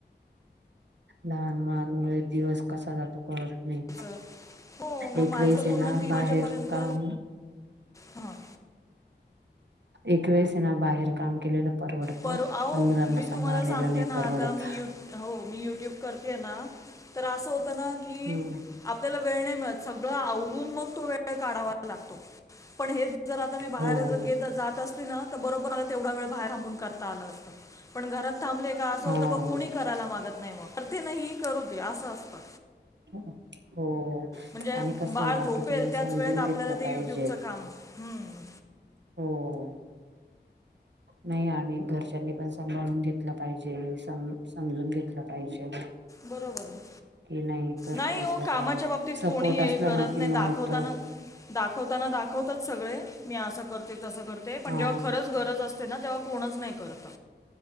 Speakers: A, on the right; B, on the left.
A: लहान मुला मुळ दिवस कसा जातो कळत नाही.
B: चं- हो मग
A: एक
B: माझं
A: वेळेस ये
B: पूर्ण
A: ना
B: तीन
A: बाहेर
B: वाजेपर्यंत
A: काम
B: हां
A: एक वेळेसना बाहेर काम केलेलं परवडतं,,
B: पर अहो
A: पण मुलांना
B: मी
A: सांभाळलेलं
B: तुम्हाला सांगते
A: नाही
B: ना
A: परवडत.
B: आता मी यू हो, मी युट्यूब करतेय ना, तर असं होतं ना की
A: हम्म
B: आपल्याला वेळ नाही मिळत, सगळं आवरून मग तो वेळ काढावा लागतो, पण हे जर आता मी बाहेर
A: हो
B: जात असते ना, तर बरोबर मला तेवढा वेळ बाहेर थांबून झालं असतं,, पण घरात थांबले का असं
A: हा
B: होतं कुणी करायला मागत नाही मग,, करते ना ही, करू दे असं असतं.
A: हो
B: म्हणजे
A: आणि कसं
B: बाळ
A: बाकीच्यांनी
B: झोपेल, त्याच
A: समजून
B: वेळेत आपल्याला
A: घेतलं
B: ते
A: पाहिजे
B: युट्यूबचं काम हम्म
A: हो. नाही आणि घरच्यांनी पण सांभाळून घेतलं पाहिजे स समजून घेतलं पाहिजे.
B: बरोबर आहे.
A: की करते
B: नाही हो
A: तर
B: कामाच्या बाबतीत
A: सपोर्ट
B: कोणी हे
A: असला
B: करत
A: ना कि
B: नाही
A: मग
B: दाखवताना.
A: होत
B: दाखवताना दाखवतात सगळे. मी असं करते तसं करते पण
A: हा
B: जेव्हा खरंच गरज असते ना तेव्हा कोणच नाही करत.